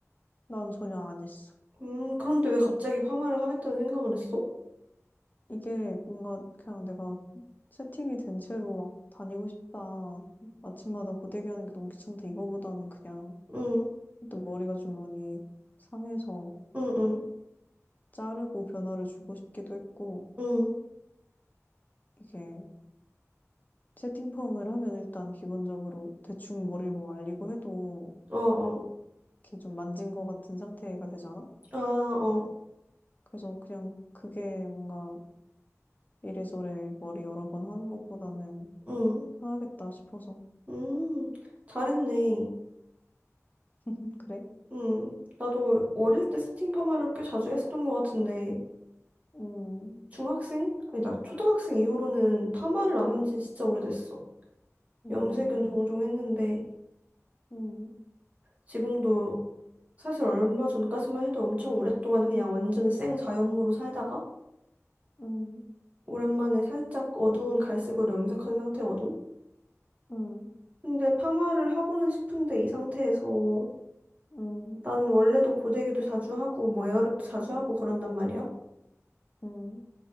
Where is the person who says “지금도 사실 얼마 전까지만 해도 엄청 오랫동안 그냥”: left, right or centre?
Right